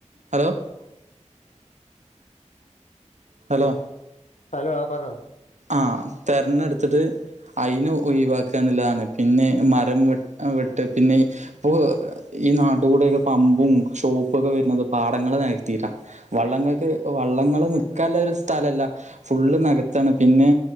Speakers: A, on the right; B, on the left.
A: ഹലോ ഹലോ
B: ഹലോ ആ പറഞ്ഞോ
A: ആഹ് തെരഞ്ഞെടുത്തിട്ട് അയിനു ഒഴിവാക്കാന്നില്ലതാ. പിന്നെ മരം വെട് വെട്ടാ. പിന്നെ പ് ഈ നാട്ടി കൂട്യൊക്കെ പമ്പും ഷോപ്പൊക്കെ വര്നത് പാടങ്ങൾ നെകത്തീട്ടാ. വള്ളങ്ങക്ക് വള്ളങ്ങള് കലരസ് സ്ഥത്താലല്ല ഫുള്ള് നെകത്താണ് പിന്നെ